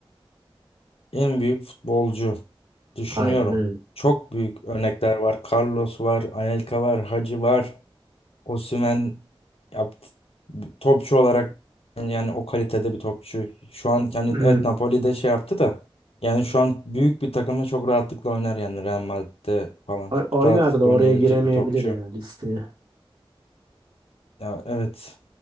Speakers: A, on the left; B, on the right.
A: en büyük futbolcu düşünüyorum.
B: Aynen öyle.
A: Çok büyük örnekler var. Carlos var, Anelka var, Hacı var. Osimhen yaptı. Topçu olarak yani o kalitede bir topçu. Şu an yani
B: <clears throat>
A: evet Napoli'de şey yaptı da yani şu an büyük bir takımda çok rahatlıkla oynar yani Real Madrid'de falan
B: O- Oynar
A: rahatlıkla
B: da oraya
A: oynayabilecek
B: giremeyebilir
A: bir topçu.
B: ya listeye.
A: Ya evet.